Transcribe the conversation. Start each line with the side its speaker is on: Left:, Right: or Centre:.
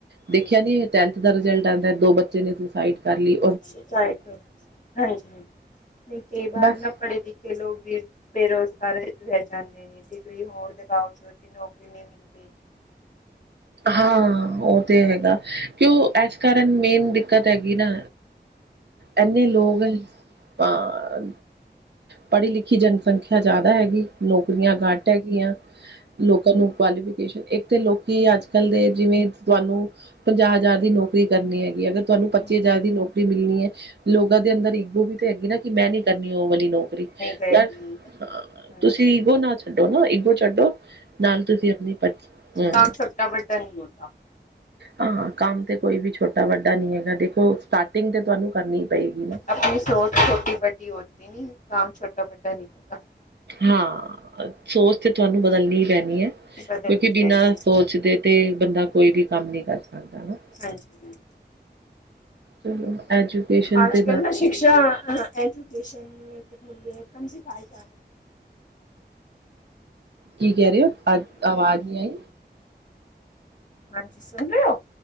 Right: ਦੇਖਿਆ
Left: ਹਾਂਜੀ
Right: ਨੀ ਟੈਂਥ ਦਾ ਰਿਜ਼ਲਟ <unintelligible> ਦੋ ਬੱਚੇ ਨੇ ਸੁਸਾਈਡ ਕਰ ਲੀ।
Left: ਸੁਸਾਈਡ <unintelligible> ਹਾਂਜੀ ਹ, ਨਈ ਕਈ ਵਾਰ
Right: ਬਸ
Left: ਨਾ ਪੜੇ-ਲਿਖੇ ਲੋਕ ਵੀ, ਬੇਰੋਜ਼ਗਾਰ ਰਹਿ ਜਾਂਦੇ ਨੇ, ਡਿਗਰੀ ਹੋਣ ਦੇ ਬਾਵਜੂਦ ਵੀ ਨੌਕਰੀ ਨਈ ਮਿਲਦੀ।
Right: ਹਾਂ, ਓਹ ਤੇ ਹੈਗਾ, ਕਿਉਂ ਏਸ ਕਾਰਨ ਮੇਨ ਦਿੱਕਤ ਐਗੀ ਨਾ ਇੰਨੇ ਲੋਗ ਐਨ, ਤਾਂ ਪੜੀ-ਲਿਖੀ ਜਨਸੰਖਿਆ ਜ਼ਿਆਦਾ ਹੈਗੀ, ਨੌਕਰੀਆਂ ਗਟ ਹੈਗੀਆਂ। ਲੋਕਾਂ ਨੂੰ ਕੁਆਲੀਫਿਕੇਸ਼ਨ, ਇੱਕ ਤੇ ਲੋਕੀ ਅੱਜ-ਕੱਲ ਦੇ ਜਿਵੇਂ ਤੁਆਨੂੰ ਪੰਜਾਹ ਹਜ਼ਾਰ ਦੀ ਨੌਕਰੀ ਕਰਨੀ ਐਗੀ ਏ, ਅਗਰ ਤੁਹਾਨੂੰ ਪੱਚੀ
Left: ਹਮ
Right: ਹਜ਼ਾਰ
Left: ਹਮ
Right: ਦੀ ਨੌਕਰੀ ਮਿਲਨੀ ਏ ਲੋਗਾਂ ਦੇ ਅੰਦਰ ਈਗੋ ਵੀ ਤੇ ਹੈਗੀ ਨਾ ਕੇ ਮੈਂ ਨੀ ਕਰਨੀ ਓ ਵਾਲੀ ਨੌਕਰੀ।
Left: ਗਈ
Right: ਯਾਰ, ਅੰ
Left: ਹਾਂਜੀ
Right: ਤੁਸੀਂ ਈਗੋ ਨਾ ਛੱਡੋ ਨਾ ਈਗੋ ਛੱਡੋ, ਨਾਲ ਤੁਸੀਂ ਅਪਨੀ ਪਰ <inaudible>
Left: ਕਾਮ ਛੋਟਾ-ਵੱਡਾ ਨਈ ਹੋਤਾ।
Right: ਹਾਂ ਕੰਮ ਤੇ ਕੋਈ ਵੀ ਛੋਟਾ-ਵੱਡਾ ਨਈ ਹੈਗਾ ਦੇਖੋ ਸਟਾਟਿੰਗ ਤੇ ਤੁਆਨੂੰ ਕਰਨੀ ਈ ਪਏਗੀ ਨਾ।
Left: ਆਪਨੀ ਸੋਚ ਛੋਟੀ ਵੱਡੀ ਹੋਤੀ ਨੀ ਕੰਮ ਛੋਟਾ ਵੱਡਾ ਨੀ ਹੋਤਾ।
Right: ਹਾਂ, ਸੋਚ ਤੇ ਤੁਆਨੂੰ ਬਦਲਨੀ ਈ ਪੈਨੀ ਐ, ਕਿਓਂਕਿ
Left: ਬਦਲਣੀ ਪੈਣੀ
Right: ਬਿਨਾਂ
Left: ਹੈ,
Right: ਸੋਚ ਦੇ ਤੇ ਬੰਦਾ ਕੋਈ ਵੀ ਕੰਮ ਨਈ ਕਰ ਸਕਦਾ ਹਨਾ।
Left: ਹਾਂਜੀ-ਹਾਂਜੀ।
Right: ਚਲੋ ਐਜੂਕੇਸ਼ਨ
Left: ਅੱਜ-ਕੱਲ
Right: ਤੇ ਬਸ
Left: ਨਾ ਸ਼ਿਕਸ਼ਾ ਐਜੂਕੇਸ਼ਨ ਮੁੂਲ <unintelligible> ਕਮ ਸਿਖਾਈ ਜਾ ਰਈ ਐ।
Right: ਕੀ ਕੈ ਰੇ ਓਂ ਅ ਆਵਾਜ਼ ਨੀ ਆਈ।
Left: ਹਾਂਜੀ ਸੁਨ ਰਏ ਓਂ।